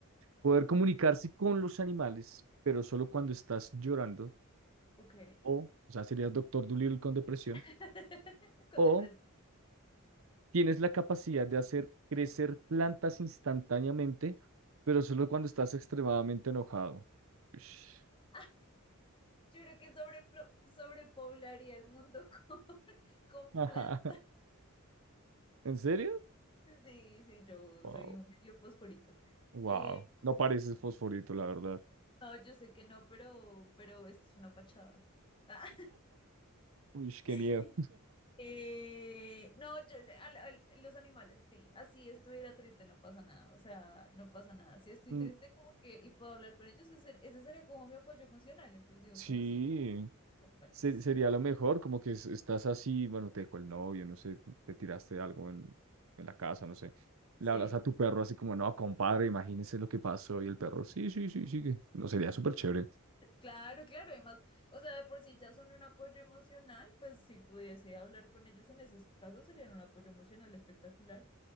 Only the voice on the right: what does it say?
poder comunicarse con los animales, pero solo cuando estás llorando,
o, o sea, serías Doctor Dolittle con depresión,
O
Tienes la capacidad de hacer crecer plantas instantáneamente, pero solo cuando estás extremadamente enojado. Ush.
<laughs>
¿En serio?
Wow.
Wow.
No pareces
fosforito, la verdad.
Uy, qué
miedo.
Mm,
Sí,
se- sería lo mejor, como que es- estás así, bueno, te dejó el novio, no sé, te tiraste algo en, en la casa, no sé.
Le hablas a tu perro así como, no, compadre, imagínese lo que pasó. Y el perro, sí, sí, sí, sí. que-". No, sería súper chévere.